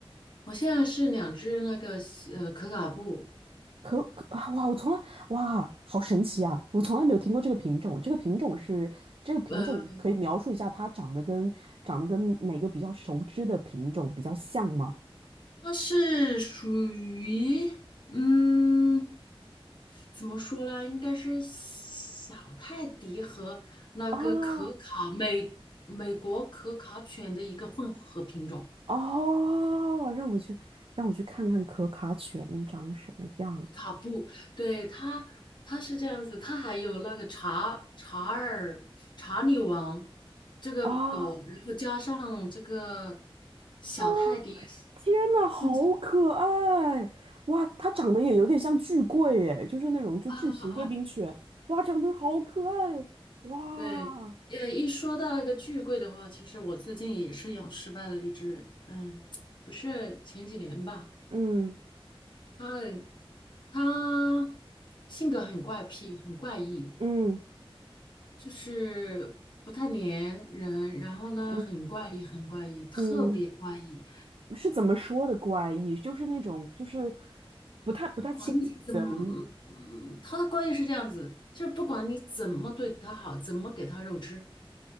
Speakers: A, on the left; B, on the right.
A: 我现在是两只那个呃可卡布。
B: 可可啊，哇，我从来哇，好神奇啊！我从来没有听过这个品种。这个品种是这个品种，
A: 呃。
B: 可以描述一下它长得跟长得跟哪个比较熟知的品种比较像吗？
A: 它是属于，嗯，怎么说呢？应该是小泰迪和那个可卡美美国可卡犬的一个混合品种，
B: 啊哦，让我去让我去看看可卡犬长什么样
A: 可卡布。对，它，它是这样子，它还有那个查查尔查理王这个狗，
B: 啊。
A: 然后加上这个小泰迪
B: 啊，天呐，好可爱！
A: 混起
B: 哇，它长得也有点像巨贵诶，就是那种就巨型贵宾犬。
A: 啊啊。
B: 哇，长得好可爱！哇，
A: 对，呃，一说到那个巨贵的话，其实我最近也是养失败了一只，嗯，不是前几年吧，
B: 嗯
A: 它很，它性格很怪癖，很怪异，
B: 嗯
A: 就是不太粘人，然后呢，
B: 嗯
A: 很怪异，很怪异，特别怪异。
B: 嗯，是怎么说的怪异？就是那种就是不太不太亲近人。
A: 你怎么，嗯嗯，它的怪异是这样子，就是不管你怎么对它好，怎么给它肉吃，